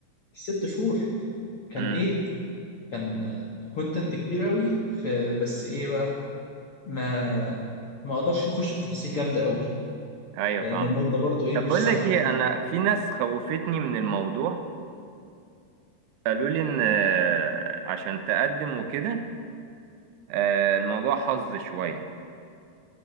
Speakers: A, on the left (about 70°); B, on the right (about 80°).
A: ست شهور كان
B: امم
A: ايه كان كونتنت كبير قوي في بس ايه بقى ما ما اقدرش يخش في تفاصيل جامدة قوي
B: ايوه
A: لان
B: فاهم
A: المدة برضو ايه
B: طب
A: مش
B: بقول
A: سامحة
B: لك ايه انا في ناس خوفتني من الموضوع قالوا لي ان آه، عشان تقدم وكده آه، الموضوع حظ شوية